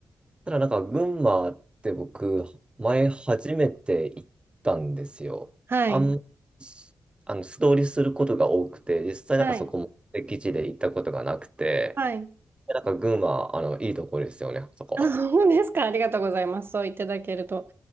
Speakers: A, on the right; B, on the right.
A: ただなんか群馬って僕、前初めて行ったんですよ。
B: はい。
A: あん、あの、素通りすることが多くて、実際なんかそこも敵地で行ったことがなくて、
B: はい。はい。
A: なんか群馬、あの、いいところですよね、そこ。
B: あ、そうですか。<laughs> ありがとうございます。そう言っていただけると